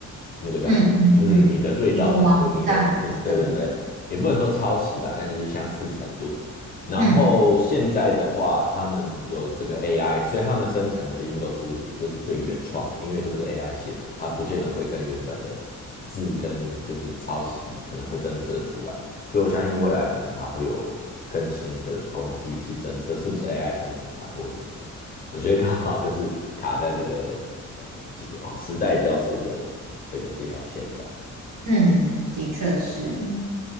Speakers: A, on the left; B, on the right.
A: 那个叫什么，
B: 嗯嗯嗯，
A: <laughs> 就是你的对照程度，
B: 一个网站还是怎么的，
A: 你的就是对对对，也不能说抄袭啦，但就是相似程度。然后现在的话，
B: 嗯。
A: 他们有这个 AI，所以他们生成的音都是就是最原创的，因为就是 AI 写的，它不见得会跟原本的字跟就是抄袭可能会侦测出来，所以我相信未来可能还会有更新的工具去侦测是不是 AI 生成啊或什么的。我觉得刚好就是卡在这个呃几哦时代交错的这个这条线上。
B: 嗯，的确是。